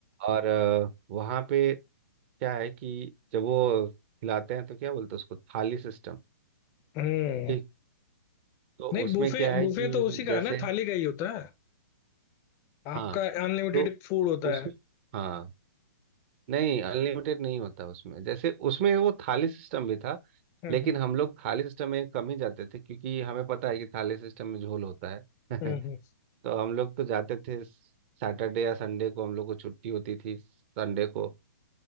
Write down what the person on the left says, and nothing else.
हम्म।
नहीं
बूफे
बूफे
तो उसी का
है ना थाली का ही होता है आपका
अनलिमिटेड
फूड होता
है
हम्म
हम्म
हम्म,
हम्म,